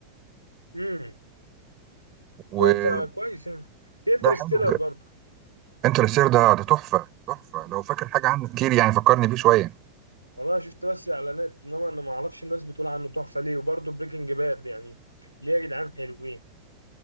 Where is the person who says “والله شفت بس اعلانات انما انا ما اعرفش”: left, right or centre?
Left